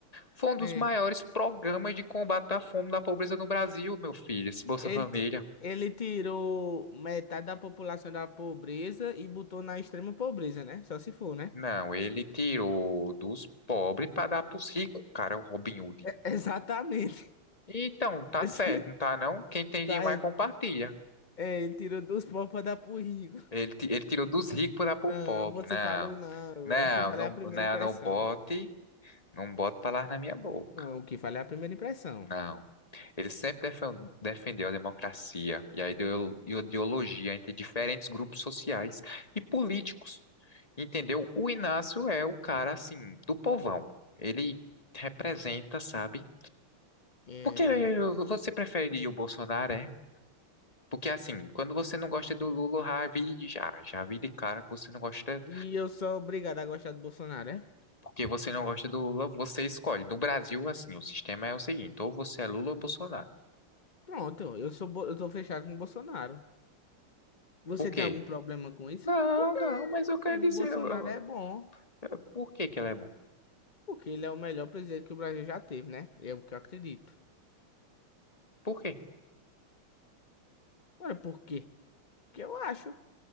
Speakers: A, on the left; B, on the left.
A: Foi um dos
B: É.
A: maiores programas de combate à fome e da pobreza no Brasil, meu filho, esse Bolsa
B: Ele,
A: Família.
B: ti- ele tirou metade da população da pobreza e botou na extrema pobreza, né? Só se for, né?
A: Não, ele tirou dos pobres para dar para os ricos, cara, é o Robin Hood.
B: Exatamente.
A: Então, tá
B: <laughs>
A: certo, não tá não? Quem tem
B: Tá,
A: demais
B: ele,
A: compartilha.
B: é, ele tirou dos pobres para dar pro rico.
A: Ele, ti- ele tirou dos ricos para pro
B: Não,
A: pobre.
B: você
A: Não,
B: falou não.
A: não,
B: é O que vale
A: não,
B: é a primeira
A: não,
B: impressão.
A: não bote, não bote palavras na minha boca.
B: Não, o que vale é a primeira impressão.
A: Não. Ele sempre defen- defendeu a democracia e a ideo- ideologia entre diferentes grupos sociais e políticos. Entendeu? O Inácio é o cara, assim, do povão. Ele representa, sabe?
B: É.
A: porque
B: é por-
A: você prefere o Bolsonaro? é Porque assim, quando você não gosta do Lula, já vi, já, já vi de cara que você não gosta,
B: E eu sou obrigado a gostar do Bolsonaro, é?
A: porque você não gosta do Lula, você escolhe. No Brasil, assim, o sistema é o seguinte, ou você é Lula ou Bolsonaro.
B: Pronto, eu sou, bo- eu tô fechado com o Bolsonaro. Você
A: Por quê?
B: tem algum problema com isso?
A: Não,
B: Porque
A: não, mas eu quero
B: o
A: dizer,
B: Bolsonaro
A: eu- eu-
B: é bom.
A: eu- por que que ele é bom?
B: Porque ele é o melhor presidente que o Brasil já teve, né? É o que eu acredito.
A: Por quê?
B: Agora, por quê? Porque eu acho.